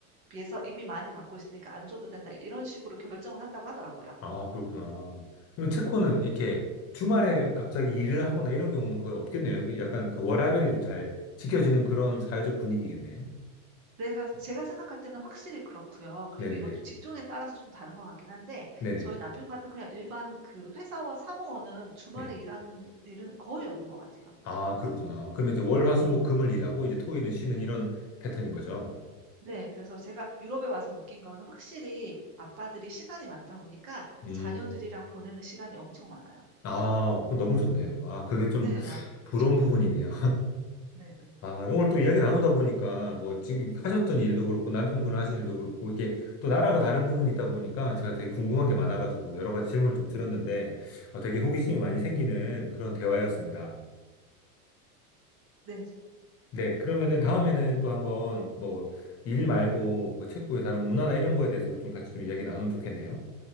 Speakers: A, on the right (about 70°); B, on the left (about 35°).
A: 비해서 이미 많이 받고 있으니까 안 줘도 된다. 이런 식으로 결정을 한다고 하더라고요.
B: 아, 그렇구나. 그럼 체코는 이렇게 주말에 갑자기 일을 하거나 이런 경우는 거의 없겠네요. 이게 약간 그 워라밸이 좀 잘 지켜지는 그런 사회적 분위기겠네요.
A: 내가, 제가 생각할 때는 확실히 그렇고요. 그리고
B: 네네네.
A: 이것도 직종에 따라서 좀 다른 것 같긴 한데
B: 네네.
A: 저희 남편 같은 그냥 일반 그 회사원, 사무원은 주말에
B: 네.
A: 일하는 일은 거의 없는 것 같아요.
B: 아, 그렇구나. 그러면 이제 월, 화,
A: 네.
B: 수, 목, 금을 일하고 이제 토일은 쉬는 이런 패턴인 거죠.
A: 네, 그래서 제가 유럽에 와서 느낀 거는 확실히 아빠들이 시간이 많다 보니까
B: 음.
A: 자녀들이랑 보내는 시간이 엄청 많아요.
B: 아, 그럼 너무 좋네요. 아, 그게 좀
A: 네, 많, 그쵸.
B: 부러운 부분이네요.
A: 네,
B: 아, 오늘 또 이야기 나누다 보니까 뭐 지금 하셨던 일도 그렇고 남편분이 하신 일도 그렇고 이게 또 나라가 다른 부분이 있다 보니까 제가 되게 궁금한 게 많아가지고 여러 가지 질문을 좀 드렸는데 어, 되게 호기심이 많이 생기는 그런 대화였습니다.
A: 네.
B: 네, 그러면은 다음에는 또 한번 뭐 일 말고 그 체코의 다른 문화나 이런 거에 대해서도 좀 같이 좀 이야기 나누면 좋겠네요.